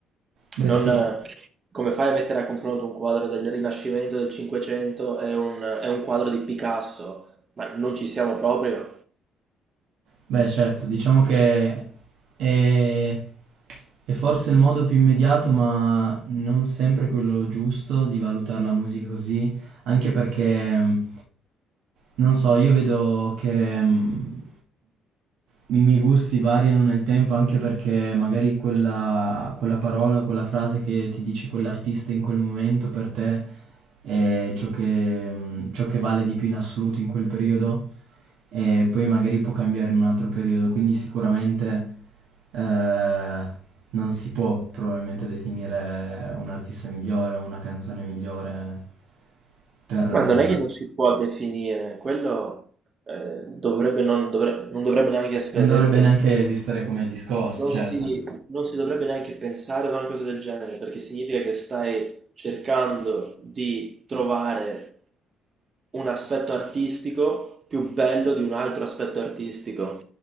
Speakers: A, on the right; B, on the right.
A: Beh,
B: Non-
A: sì.
B: come fai a mettere a confronto un quadro del Rinascimento del Cinquecento e un, e un quadro di Picasso? Ma non ci siamo proprio.
A: Beh, certo, diciamo che è, è forse il modo più immediato, ma non sempre quello giusto di valutare la musica così, anche perché, mh, non so, io vedo che mh, i miei gusti variano nel tempo anche perché magari quella, quella parola o quella frase che ti dice quell'artista in quel momento per te è ciò che, mh, ciò che vale di più in assoluto in quel periodo e poi magari può cambiare in un altro periodo, quindi sicuramente eh, non si può probabilmente definire un artista migliore o una canzone migliore per... eh,
B: Ma non è che non si può definire, quello eh, dovrebbe non, dovre- non dovrebbe neanche essere
A: non dovrebbe
B: detto,
A: neanche esistere come discorso,
B: non
A: certo.
B: si, non si dovrebbe neanche pensare ad una cosa del genere, perché significa che stai cercando di trovare un aspetto artistico più bello di un altro aspetto artistico,